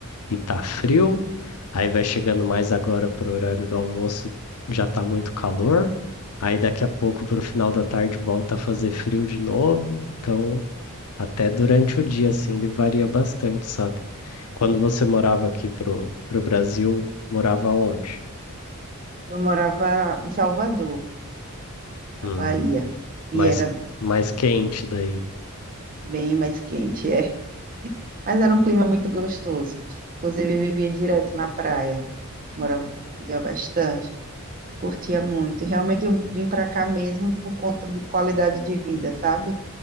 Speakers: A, on the left; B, on the right.
A: e tá frio. Aí vai chegando mais agora pro horário do almoço, já tá muito calor. Aí daqui a pouco pro final da tarde volta a fazer frio de novo. Então, até durante o dia assim, ele varia bastante, sabe? Quando você morava aqui pro pro Brasil, morava onde?
B: Eu morava em Salvador, na
A: Hum,
B: Bahia, e
A: mais
B: era
A: mais quente daí.
B: bem mais quente. é. Mas era um clima muito gostoso. Inclusive, eu vivia direto na praia, morava ia bastante, curtia muito. E realmente eu vim para cá mesmo por conta de qualidade de vida, sabe?